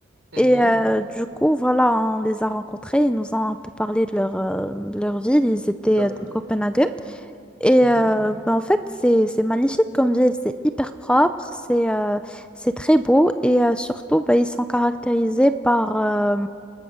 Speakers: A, on the right (about 70°); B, in the centre.
A: Mhm.
B: Et euh, du coup, voilà, on les a rencontrés, ils nous ont un peu parlé de leur, euh, de leur ville, ils étaient
A: Tout à
B: euh, de
A: fait.
B: Copenhague. Et
A: Mhm.
B: euh, ben, en fait, c'est c'est magnifique comme ville, c'est hyper propre, c'est euh, c'est très beau et euh, surtout, ben, ils sont caractérisés par, euh,